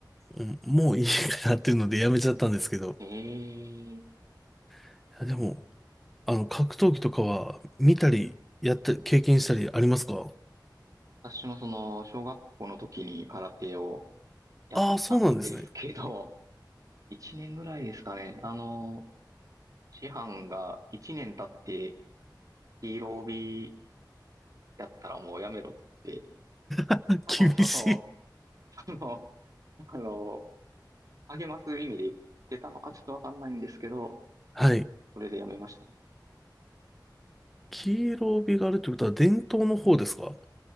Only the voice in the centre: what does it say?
うんもういいかなっていうのでやめちゃったんですけど、
いやでも、あの、格闘技とかは見たり、やったり、経験したりありますか
ああー、そうなんですね。
<laughs>
厳しい。
はい。
黄色帯があるってことは伝統の方ですか